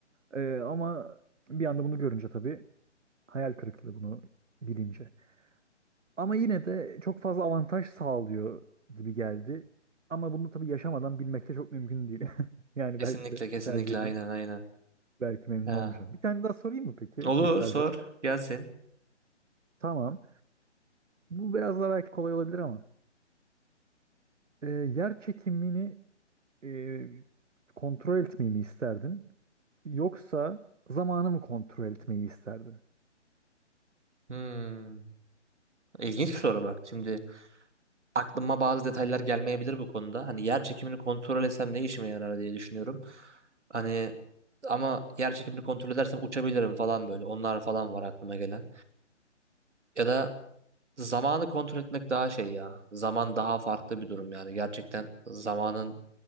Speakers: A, on the right (about 90°); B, on the right (about 70°).
A: Eee, ama bir anda bunu görünce tabii hayal kırıklığı bunu bilince. Ama yine de çok fazla avantaj sağlıyor gibi geldi. Ama bunu tabii yaşamadan bilmek de çok mümkün değil. <laughs> Yani
B: Kesinlikle
A: belki de
B: kesinlikle
A: bu tercihimden
B: aynen aynen.
A: belki memnun
B: Ha.
A: olmayacağım. Bir tane daha sorayım mı peki
B: Olur
A: istersen?
B: sor gelsin.
A: Tamam. Bu biraz daha belki kolay olabilir ama. Ee, yer çekimini e, kontrol etmeyi mi isterdin? Yoksa zamanı mı kontrol etmeyi isterdin?
B: Hmm, ilginç bir soru bak şimdi. aklıma bazı detaylar gelmeyebilir bu konuda. Hani yer çekimini kontrol etsem ne işime yarar diye düşünüyorum. Hani ama yer çekimini kontrol edersem uçabilirim falan böyle. Onlar falan var aklıma gelen. Ya da zamanı kontrol etmek daha şey ya. Zaman daha farklı bir durum yani. Gerçekten zamanın